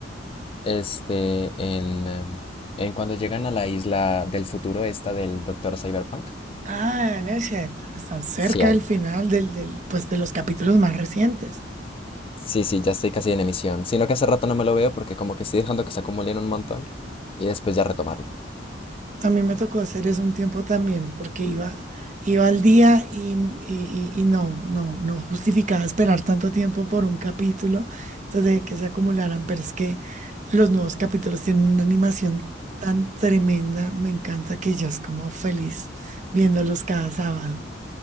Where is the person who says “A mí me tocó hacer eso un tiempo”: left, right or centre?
Right